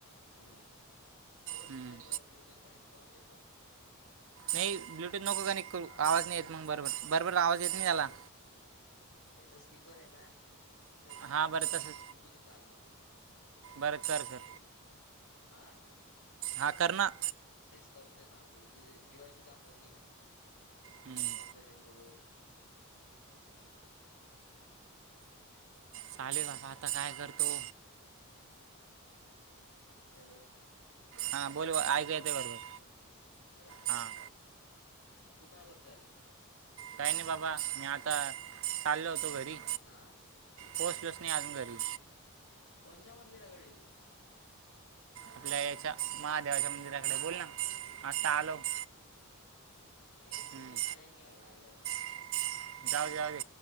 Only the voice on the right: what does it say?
हम्म.
नाही ब्लूटूथ नको कनेक्ट करू
आवाज नाहीे येत मग बरोबर बरोबर आवाज
येत नाही त्याला.
हां
बरं
तसं
बरं कर.
हां कर ना.
हम्म.
चालेल बाबा
आता काय
करतो?
हां बोल ऐकाय येत बरोबर.
हां
काही नाही बाबा मी आता चाललो होतो घरी.
पोहोचलेच नाही अजून घरी.
आपल्या याच्या महादेवाच्या
मंदिराकडे बोल ना आता आलो. <inaudible>
हम्म.
<inaudible> जाऊ दे जाऊ दे